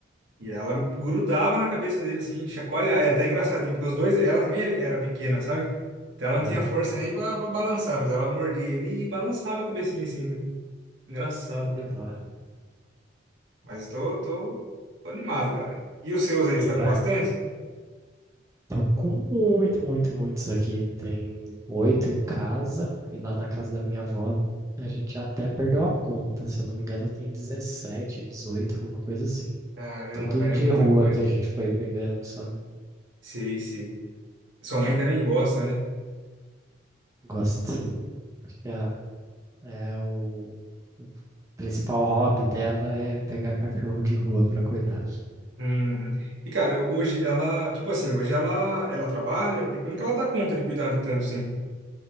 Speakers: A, on the right; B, on the right.
A: E ela grudava na cabeça dele, assim, chacoalhar. Era até engraçadinho, porque os dois... Ela também era pequena, sabe? Então ela
B: Ah,
A: não tinha força nem pra, pra balançar, mas ela mordia ele e balançava a cabecinha, assim, né? Engraçado, cara.
B: que dó.
A: Mas eu tô, tô, tô animado, cara. E os seus aí,
B: E
A: você
B: aí
A: tá
B: vai
A: com bastante?
B: Tô com muito, muito, muitos aqui. Tem oito em casa e lá na casa da minha avó a gente já até perdeu a conta. Se eu não me engano, tem 17, 18, alguma coisa assim.
A: Caramba,
B: Tudo
A: cara,
B: de
A: é muita
B: rua
A: coisa.
B: que a gente foi pegando, sabe?
A: Sei, sei. Sua mãe também gosta, né?
B: Gosto. Acho que é, é o principal hobby dela é pegar cachorro de rua pra cuidar.
A: Uhum. E cara, hoje ela, tipo assim, hoje ela ela trabalha, porque como que ela dá conta de cuidar de tanto assim?